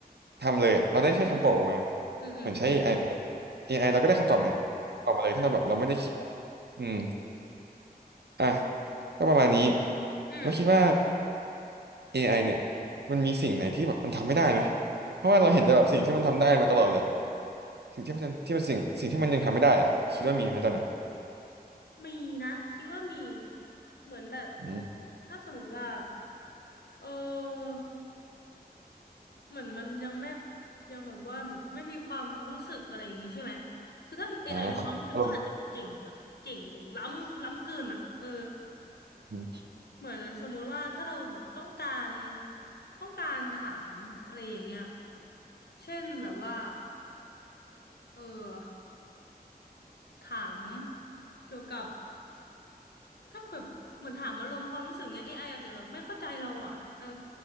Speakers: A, on the right (about 90°); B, on the left (about 80°).
A: ทำเลยอะเราได้แค่คำตอบออกมา
B: อืมอืมอืม
A: เหมือนใช้ a เอไอเอไอ AI เราก็ได้คำตอบเหมือน
B: ใช่ใช่
A: ออกมาเลยถ้าเราแบบเราไม่ได้คิด
B: ใช่
A: อืมอ่ะก็ประมาณนี้
B: อืม
A: แล้วคิดว่า AI เนี่ยมันมีสิ่งไหนที่แบบมันทำไม่ได้ไหมเพราะว่าเราเห็นแต่แบบสิ่งที่มันทำได้มาตลอดเลยสิ่งที่มันที่มันสิ่งสิ่งที่มันยังทำไม่ได้อะคิดว่ามีไหมตอนเนี้ย
B: อืมมีนะคิดว่ามีเหมือนแบบ
A: อืม
B: ถ้าสมมติว่าเออ เหมือนมันยังไม่ยังแบบว่าแบบไม่มีความรู้สึกอะไรอย่างงี้ใช่ไหมคือถ้า AI
A: อ่าครับอารมณ์
B: มีความรู้สึกก็อาจจะเก่งแบบเก่งล้ำล้ำเกินอ่ะเออ
A: อืม
B: เหมือนสมมุติว่าถ้าเราแบบต้องการต้องการถามอะไรอย่างเงี้ยเช่นแบบว่าเออถามเกี่ยวกับถ้าแบบเหมือนถามอารมณ์ความรู้สึกเงี้ย AI อไออาจจะแบบไม่เข้าใจเราอ่ะเออ